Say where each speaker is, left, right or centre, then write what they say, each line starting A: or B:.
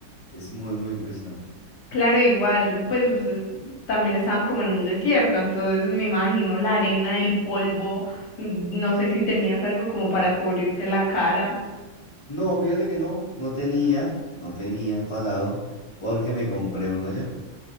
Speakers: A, on the left; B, on the left.
A: Es muy, muy impresionante.
B: Claro, igual, pues ustedes también estaban como en un desierto, entonces me imagino la arena, el polvo, mm, no sé si tenías algo como para cubrirte la cara.
A: No, fíjate que no, no tenía, no tenía pasado, porque me compré uno allá.